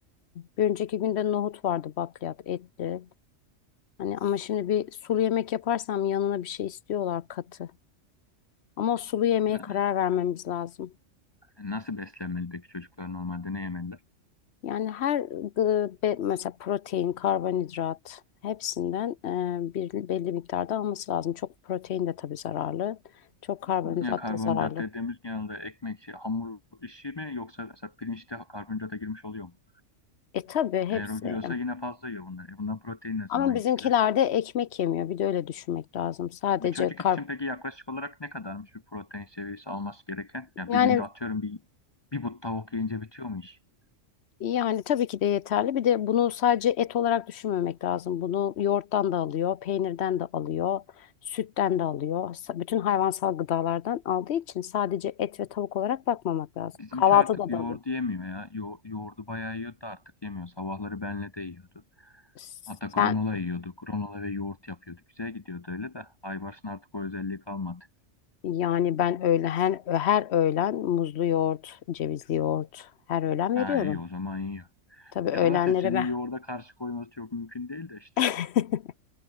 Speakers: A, on the left; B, on the left.
A: bir önceki günde nohut vardı bakliyat etli. Hani ama şimdi bir sulu yemek yaparsam yanına bir şey istiyorlar katı. Ama o sulu yemeğe
B: Yani
A: karar vermemiz lazım.
B: nasıl beslenmeli peki çocuklar normalde ne yemeliler?
A: Yani her gı- be- mesela protein, karbonhidrat hepsinden e, bir belli miktarda alması lazım. Çok protein de tabii zararlı. Çok karbonhidrat
B: Ya karbonhidrat
A: da zararlı.
B: dediğimiz genelde ekmek, şey, hamur işi mi yoksa mesela pirinçte karbonhidrata girmiş oluyor mu?
A: E tabii hepsi.
B: Eğer o giriyorsa yine fazla yiyor bunlar. E bundan protein ne
A: Ama
B: zaman yiyecekler?
A: bizimkiler de ekmek yemiyor. Bir de öyle düşünmek lazım. Sadece
B: Bir çocuk
A: kar
B: için peki yaklaşık olarak ne kadarmış bir protein seviyesi alması gereken? Ya
A: Yani
B: bir günde atıyorum bir, bir but tavuk yiyince bitiyor mu iş?
A: yani tabii ki de yeterli. Bir de bunu sadece et olarak düşünmemek lazım. Bunu yoğurttan da alıyor, peynirden de alıyor, sütten de alıyor. Sa- Bütün hayvansal gıdalardan aldığı için sadece et ve tavuk olarak bakmamak lazım.
B: Bizimki
A: Kahvaltıda
B: artık yoğurdu
A: da alıyor.
B: yemiyor ya. Yo yoğurdu bayağı yiyordu artık yemiyor. Sabahları benle de yiyordu.
A: Sen
B: Hatta granola yiyordu. Granola ve yoğurt yapıyordu. Güzel gidiyordu öyle de. Aybars'ın artık o özelliği kalmadı.
A: yani ben öyle her, her öğlen muzlu yoğurt, cevizli yoğurt her öğlen
B: Ha
A: veriyorum.
B: iyi o zaman yiyor.
A: Tabii öğlenlere
B: Ya zaten senin
A: ben.
B: yoğurda karşı koyması çok mümkün değil de işte.
A: <laughs>